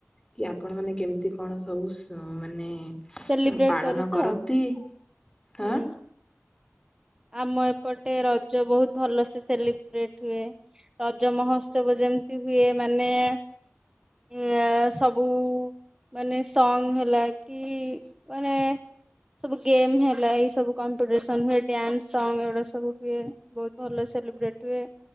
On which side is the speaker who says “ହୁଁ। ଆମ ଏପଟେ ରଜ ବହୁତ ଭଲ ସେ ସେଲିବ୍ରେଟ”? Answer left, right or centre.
Right